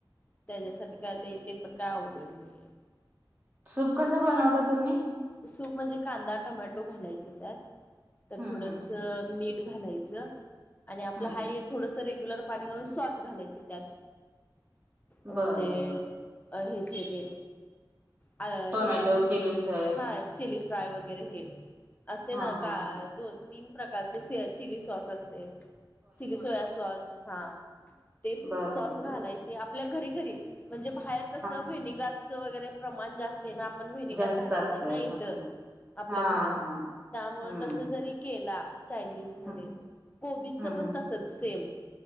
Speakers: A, on the left; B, on the right.
A: त्याच्यासाठी काय लई ते पण काय अवघड नाहीये.
B: सूप कसं बनवता तुम्ही?
A: सूप म्हणजे कांदा टोमॅटो घालायचं त्यात. तर
B: हम्म
A: थोडंस-
B: हम्म
A: मीठ घालायचं आणि आपला
B: हम्म
A: हा येत- थोडस रेग्युलर पाणी घालून सॉस घालायच त्यात. म्हणजे-
B: बर बर
A: अ हेचे ते अ
B: टोमॅटो
A: हे नसते
B: चिली
A: का?
B: सॉस
A: हा चिली फ्राय वगैरे हे असते
B: हा
A: ना
B: हा
A: ग
B: हा
A: दोन. तीन प्रकारचे चिली सॉस असते. चिली सोया सॉस हा ते
B: बर
A: सॉस
B: बर
A: घालायचे.
B: बर
A: आपल्या घरी घरी म्हणजे बाहेर कसं
B: हा हा
A: व्हेनेगरचं वगैरे प्रमाण जास्त आहे ना आपण व्हेनेगर
B: जास्त
A: घालत.
B: असते
A: इथ
B: हा
A: आपल्या
B: हा
A: घात
B: हा
A: त्यामुळे
B: हम्म
A: त जरी केला चायनीजमध्ये
B: हम्म
A: कोबीच
B: हम्म
A: पण
B: हम्म
A: तसचं सेम.